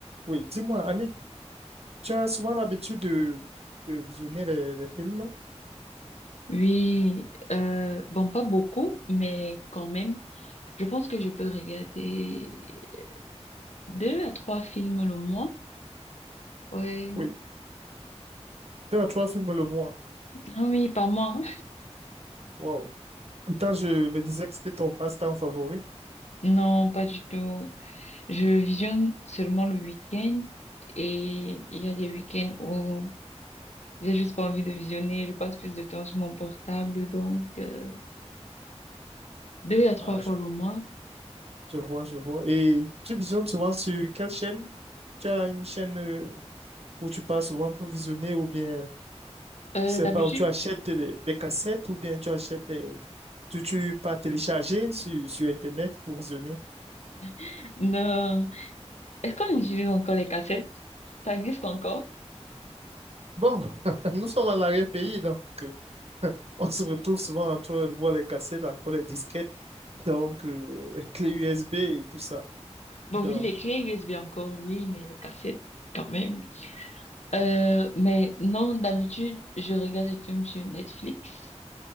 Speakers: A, on the right; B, on the left.
A: Oui, dis-moi, Annick, tu as souvent l'habitude de, de visionner les, les films?
B: Oui, euh, bon, pas beaucoup, mais quand même, je pense que je peux regarder deux à trois films le mois. Ouais,
A: Oui, deux à trois films le mois.
B: ah oui, pas moi.
A: Wow. Pourtant, je me disais que c'était ton passe-temps favori.
B: Non, pas du tout. Je visionne seulement le week-end et il y a des week-ends où j'ai juste pas envie de visionner. Je passe plus de temps sur mon portable, donc euh, deux à trois
A: Ah,
B: fois
A: je,
B: le mois.
A: je vois, je vois. Et tu visionnes souvent sur quelle chaîne? Tu as une chaîne euh, où tu passes souvent pour visionner ou bien,
B: Euh,
A: je sais
B: d'habitude,
A: pas, où tu achètes des, des cassettes ou bien tu achètes, des- tu, tu pas télécharger sur, sur Internet pour visionner?
B: <laughs> non. Est-ce qu'on utilise encore les cassettes? Ça existe encore?
A: Bon, <laughs> nous sommes à l'arrière-pays, donc euh, <laughs> on se retrouve souvent entre le voit les cassettes, encore les disquettes, donc euh, les clés USB et tout ça.
B: Bon,
A: Donc,
B: oui, les clés USB encore, oui, mais les cassettes quand même. Euh, mais non, d'habitude, je regarde des films sur Netflix.